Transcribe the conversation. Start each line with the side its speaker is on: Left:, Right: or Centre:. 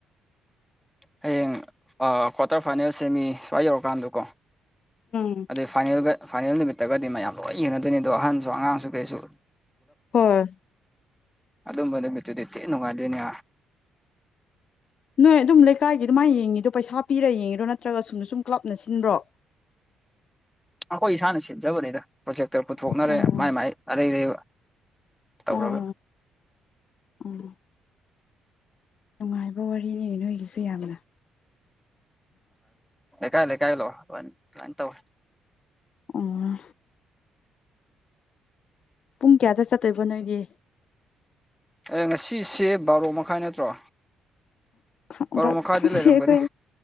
Centre: ꯍꯌꯦꯡ ꯀ꯭ꯋꯥꯇꯔ ꯐꯥꯏꯅꯦꯜꯁꯦ ꯃꯤ ꯁ꯭ꯋꯥꯏ ꯌꯧꯔꯀꯥꯟꯗꯀꯣ
Left: ꯎꯝ
Centre: ꯑꯗꯨꯗꯩ ꯐꯥꯏꯅꯦꯜꯒ ꯐꯥꯏꯅꯦꯜ ꯅꯨꯃꯤꯠꯇꯒꯗꯤ ꯃꯌꯥꯝ ꯂꯣꯏ ꯌꯦꯡꯅꯗꯣꯏꯅꯤ ꯑꯗꯣ ꯑꯍꯟꯁꯨ ꯑꯉꯥꯡꯁꯨ ꯀꯁ
Left: ꯍꯣꯏ
Centre: ꯑꯗꯨꯝꯕ ꯅꯨ ꯄꯠꯇꯨꯗꯤꯠꯇꯦ ꯅꯨꯡꯉꯥꯏꯗꯣꯏꯅꯦ
Left: ꯅꯣꯏ ꯑꯗꯨꯝ ꯂꯩꯀꯥꯏꯒꯤ ꯑꯗꯨꯃꯥꯏ ꯌꯦꯡꯉꯤꯗꯣ ꯄꯩꯁꯥ ꯄꯤꯔ ꯌꯦꯡꯉꯤꯔꯣ ꯅꯠꯇ꯭ꯔꯒ ꯁꯨꯝꯗ ꯁꯨꯝ ꯀ꯭ꯂꯕꯅ ꯁꯤꯟꯕ꯭ꯔꯣ
Centre: ꯑꯩꯈꯣꯏ ꯏꯁꯥꯅ ꯁꯤꯟꯖꯕꯅꯤꯗ ꯄ꯭ꯔꯣꯖꯦꯛꯇꯔ ꯄꯨꯊꯣꯛꯅꯔꯦ
Left: ꯑꯣ
Centre: ꯃꯥꯏ ꯃꯥꯏ ꯑꯗꯩ ꯑꯗꯩ ꯇꯔ
Left: ꯑꯣ ꯑꯣ ꯅꯨꯡꯉꯥꯏꯕ ꯋꯥꯔꯤꯅꯤ ꯅꯣꯏꯒꯤꯁꯨ ꯌꯥꯝꯅ
Centre: ꯀ ꯂ ꯀꯥꯏ ꯂ ꯇꯧ
Left: ꯑꯣ ꯄꯨꯡ ꯀꯌꯥꯗ ꯆꯠꯇꯣꯏꯕꯣ ꯅꯣꯏꯒꯤ
Centre: ꯑꯦ ꯉꯁꯤꯁꯦ ꯕꯥꯔꯣ ꯃꯈꯥꯏ ꯅꯠꯇ꯭ꯔꯣ
Left: ꯈꯪꯗꯦ
Centre: ꯄꯔꯣ ꯃꯈꯥꯗꯤ ꯂꯩꯔꯝꯒꯅꯤ
Left: ꯑꯩꯈꯣꯏ